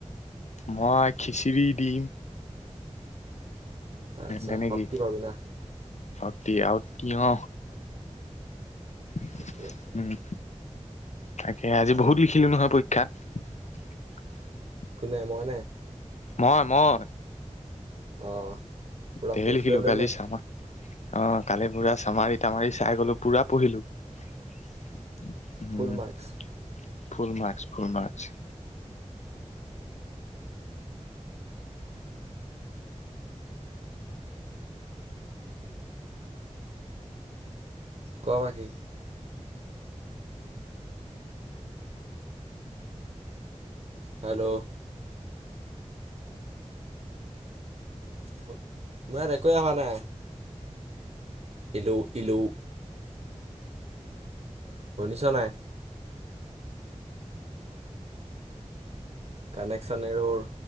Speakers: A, on the left; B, on the right.
A: মই খিচিৰি দি
B: আচ্ছা
A: তেনেকেই,
B: শক্তি পাবি না
A: আৰু তি-তিয়হ উম'
B: ঠিকে আছে
A: তাকে, আজি বহুত লিখিলো নহয় পৰীক্ষাত
B: কোনে, মই নাই
A: মই, মই
B: অঁ পূৰা
A: ধেৰ
B: পেজ
A: লিখিলো
B: লৈ লয়নে
A: কালি চাম আ অ, ' কালি পুৰা চামাৰি তামাৰি চাই গ'লো পুৰা পঢ়িলো হম'
B: ফুল মাৰ্কছ
A: ফুল মাস্কচ, ফুল মাস্কচ।
B: ক, বাকী। হেল্ল'। মই ইয়াত একোৱে অহা নাই। ইল্ল', ইল্ল'। শুনিছ নাই? কানেকচন, এ ৰ'ৰ।